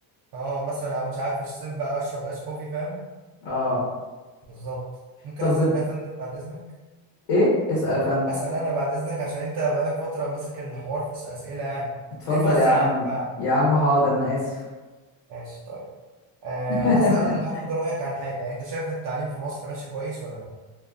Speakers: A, on the right (about 45°); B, on the left (about 80°).
A: اه مثلا او مش عارف في الصيف بقى اشرب ايس كوفي فاهم
B: اه
A: بالظبط ممكن
B: طب
A: اسال
B: بت...
A: بقى يا فندم بعد اذنك
B: ايه اسأل يا فندم
A: اسال انا بعد اذنك عشان انت بقالك فتره ماسك الحوار في الاسئله يعني
B: اتفضل
A: دي فرصه
B: يا عم
A: يا عم بقى يا عم
B: يا عم حاضر انا اسف
A: ماشي طيب أه
B: <laughs>
A: هسال هاخد رايك عن حاجه يعني انت شايف التعليم في مصر ماشي كويس ولا لا